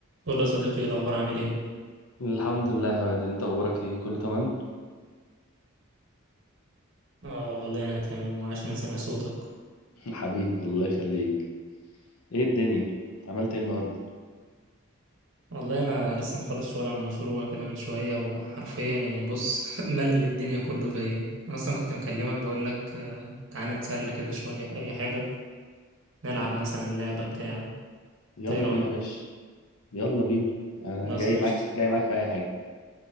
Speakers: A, on the right (about 60°); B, on the left (about 85°).
A: قول له يا صديقي إيه الأخبار عامل إيه؟
B: الحمد لله يا هواد انت اخبارك ايه كله تمام
A: آه والله أنا تمام وعاش من سمع صوتك
B: <laughs> حبيبي الله يخليك ايه الدنيا عملت ايه النهارده
A: والله أنا لسه مخلص شغل عن مشروع كده من شوية وحرفيا يعني بص <laughs> ملل الدنيا كله فيا أنا أصلا كنت مكلمك بقولك آه، تعالى نتسلى كده شوية في أي حاجة نلعب مثلا لعبة بتاع
B: يلا
A: إنت إيه رأيك؟
B: بينا يا باشا يلا بينا انا
A: خلاص
B: جاي
A: قشطة
B: معاك جاي معاك في اي حاجه